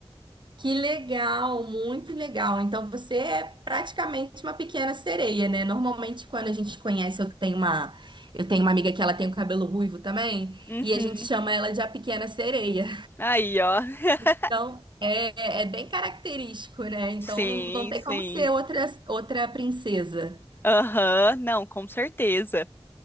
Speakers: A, on the right; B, on the left.
A: Que legal, muito legal. Então você é praticamente uma pequena sereia, né? Normalmente quando a gente conhece, eu tenho uma, eu tenho uma amiga que ela tem o cabelo ruivo também,
B: Uhum.
A: e a gente chama ela de a pequena sereia.
B: Aí, ó. <laughs>
A: Então é, é bem característico, né? Então
B: Sim,
A: não, não tem
B: sim.
A: como ser outra, outra princesa.
B: Aham, Não, com certeza.